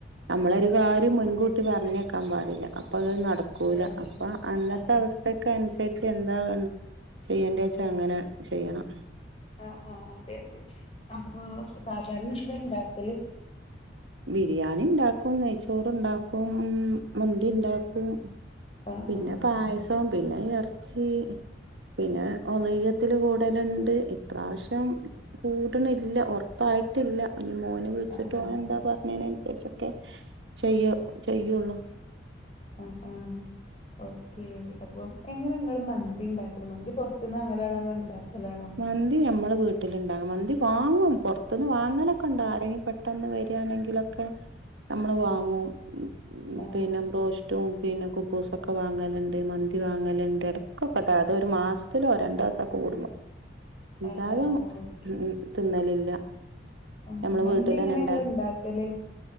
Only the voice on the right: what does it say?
നമ്മളൊരു
കാര്യം
മുൻകൂട്ടി പർഞ്ഞക്കാം പാടില്ല അപ്പൊത് നടക് ക്കൂല
അപ്പൊ അന്നത്തെ
അവസ്ഥക്കൻസര്ച്ച് എന്താവെ ചെയ്യണ്ടേച്ചാ അങ്ങനെ. ചെയ്യണം.
ബിരിയാണിണ്ടാക്കും നെയ്ച്ചോറ്ണ്ടാക്കും മന്തിണ്ടാക്കും.
പിന്നെ
പായസം പിന്നെ എർച്ചി. പിന്നെ ഒള്ഹ്യ്യത്തില് കൂടല്ണ്ട് ഇപ്രാവശ്യം. കൂട്ണില്ല ഒർപ്പായ്ട്ടില്ല. ഞി മോന് വിൾച്ച്ട്ട്
ഓനെന്താ പർഞ്ഞീനൻസര്ച്ചൊക്കെ ചെയ്യൊ ചെയ്യൊള്ളു.
മന്തി ഞമ്മള് വീട്ടില്ണ്ടാകും മന്തി വാങ്ങും പൊർത്ത്ന്ന് വാങ്ങലൊക്കെണ്ട് ആരെങ്കി പെ ട്ടെന്ന് വരാണെങ്കിലൊക്കെ. നമ്മള്
വാങ്ങും
പിന്നെ ബ്രോഷ് റ്റും പിന്നെ കുബൂസൊക്കെ വാങ്ങല്ണ്ട് മന്തി വാങ്ങല്ണ്ട് എട്ക്കൊക്കെട്ടാ അതൊരു മാസ് ത്തിലൊ രണ്ടാസൊക്കെ കൂടുമ്പൊ. ഇന്താലും
ഉം തിന്നലില്ല.
ഞമ്മള്
വീട്ടിലന്നെ
ഇണ്ടാ